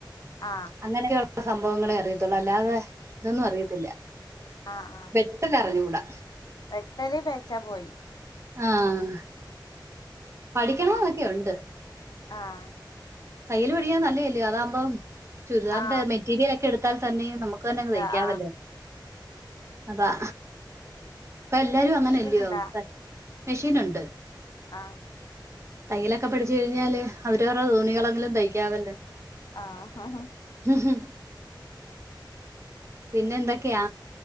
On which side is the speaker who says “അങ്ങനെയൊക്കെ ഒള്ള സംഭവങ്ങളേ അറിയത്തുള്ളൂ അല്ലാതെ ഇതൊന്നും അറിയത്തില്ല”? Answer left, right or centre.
Right